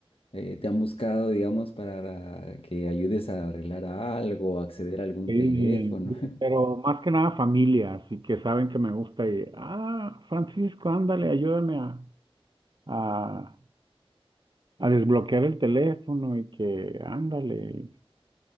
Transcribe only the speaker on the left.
eh, te han buscado, digamos, para que ayudes a arreglar algo, acceder a algún
teléfono?
<laughs>